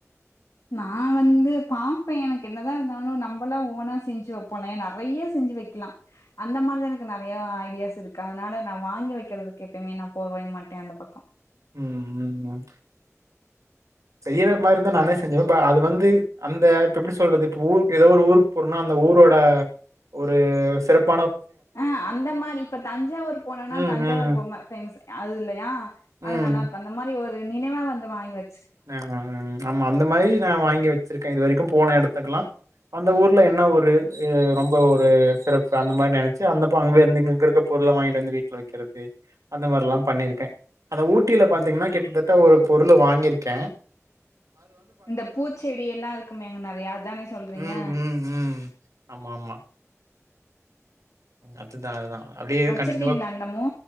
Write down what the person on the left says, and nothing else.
நா வந்து பாப்பே எனக்கு என்னதா இருந்தாலு நம்பளா ஓனா செஞ்சு வெப்போல்லயா நெறையா செஞ்சு வெக்லா, அந்த மாதி எனக்கு நெறையா ஐடியாஸ் இருக்கு, அதனால நா வாங்கி வெக்கிறதுக்கு எப்பமே நா போகவே மாட்டே அந்த பக்கொ
ஆஹ் அந்த மாரி இப்ப தஞ்சாவூர் போனோனா
தஞ்சாவூர்
பொம்ம ஃபேமசு அதுலையா அது
நல்லாருக்கு அந்த மாரி ஒரு நினைவா வந்து வாங்கி வெ
இந்த பூச்செடி எல்லாருக்குமேங்க நறையா அதானே சொல்றீங்க
வச்சிருக்கீங்களா
இன்னமு